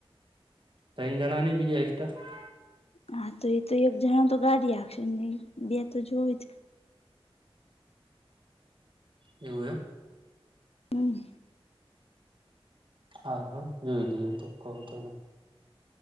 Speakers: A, on the right; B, on the left.
A: ત્રણ જણા ની બીજે એકક્સ્ટ્રા
B: હા તો એ તો એક જણ તો ગાડી હાકશે નહી બે તો જોવી જ.
A: એવું એમ
B: હમ્મ
A: હા હા જોઈ લઈ તો કહો તને